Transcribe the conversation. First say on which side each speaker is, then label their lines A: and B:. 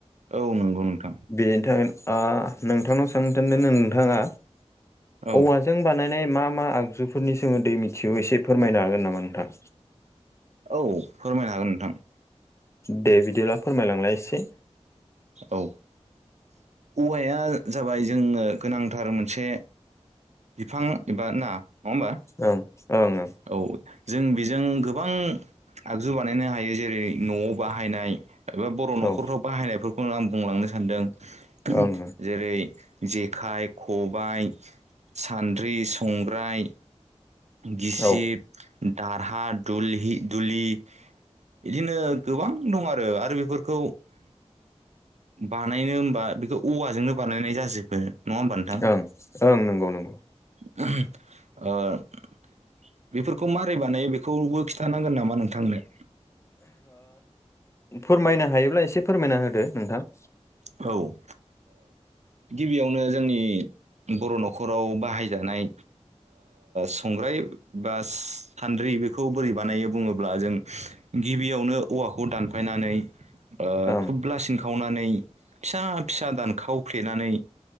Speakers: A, on the right; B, on the left.
A: औ नंगौ नोंथां।
B: बेनि थाखायनो आ नोंथांनाव सों थोनदों नोंथाङा
A: औ
B: औवा जों बानायनाय मा मा आगजुफोरनि सोमोन्दै मिथिगौ एसे फोरमायनो हागोन नामा नोंथां?
A: औ फोरमायनो हागोन नोंथां।
B: दे बिदिब्ला फोरमायलांलाय एसे
A: औ औवाया जाबाय जोंनो गोनांथार मोनसे बिफां एबा ना नङा होमबा
B: उम ओं ओं।
A: औ जों बेजों गोबां आगजु बानायनो हायो जेरै न'आव बाहायनाय एबा बर' न'खरफ्राव
B: ओं
A: बाहायनायफोरखौनो आं बुंलांनो सानदों
B: औ ओं
A: जेरै जेखाइ खबाय सान्द्रि संग्राय गिसिब
B: औ
A: दारहा दलहि दुलि बिदिनो गोबां दं आरो आरो बेफोरखौ बानायनो होमबा बेखौ औवाजोंनो बानायनाय जाजोबो नङा होमबा नोथां
B: ओं ओं नंगौ नंगौ
A: <inaudible> ओ बेफोरखौ मारै बानायो बेखौबो खिन्थानांगोन नामा नोंथांनो?
B: फोरमायनो हायोब्ला एसे फोरमायना होदो नोंथां।
A: औ ओ गिबियावनो जोंनि बर' न'खराव बाहायजानाय संग्राय बा सान्द्रि बेखौ बोरै बानायो बुङोब्ला जों गिबियावनो औवाखौ दानफायनानै ओ
B: ओं
A: थुब्ला सिन खावनानै फिसा फिसा दानखावफ्लेनानै